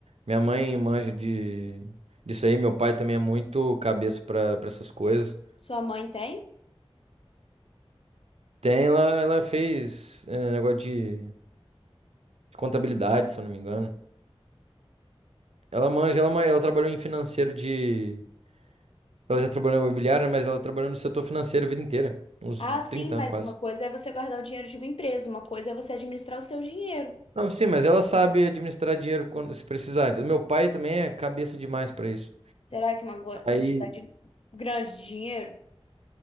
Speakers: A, on the right; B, on the left.
A: minha mãe manja de disso aí. Meu pai também é muito cabeça pra para essas coisas.
B: Sua mãe tem?
A: Tem, ela, ela fez é, negócio de contabilidade, se eu não me engano. Ela manja, ela, man- ela trabalhou em financeiro de. Ela já trabalhou na imobiliária, mas ela trabalhou no setor financeiro a vida inteira. Uns
B: Ah, sim,
A: 30
B: mas
A: anos quase.
B: uma coisa é você guardar o dinheiro de uma empresa, uma coisa é você administrar o seu dinheiro.
A: Não, sim, mas ela sabe administrar dinheiro quando se precisar. Então, meu pai também é cabeça demais pra isso.
B: Será que é uma gua- quantidade
A: Aí,
B: grande de dinheiro?